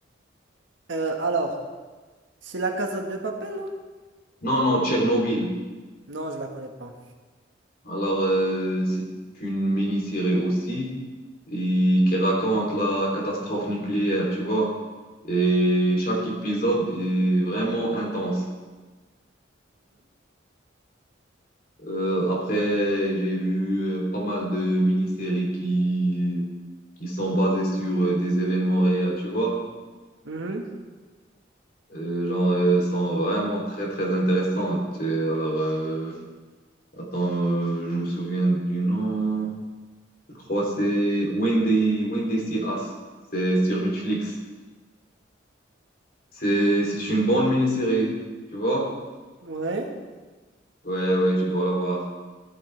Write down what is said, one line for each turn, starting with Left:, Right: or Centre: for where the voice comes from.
Right: Euh, alors, c'est la Casa de Papel, non?
Left: Non, non, Tchernobyl.
Right: Non, je la connais pas.
Left: Alors, euh, c'est une mini-série aussi et qui raconte la catastrophe nucléaire, tu vois. Et chaque épisode est vraiment intense. Euh, après, j'ai vu euh, pas mal de mini-séries qui, qui sont basées sur euh, des événements réels, tu vois.
Right: Mhm.
Left: Euh, genre, euh, sont vraiment très, très intéressantes. Euh, Alors, euh, attends, euh, je me souviens du nom. Je crois que c'est When They, When They See Us. C'est sur Netflix. C'est, c'est une bonne mini-série, tu vois.
Right: Ouais,
Left: Ouais, ouais, tu dois la voir.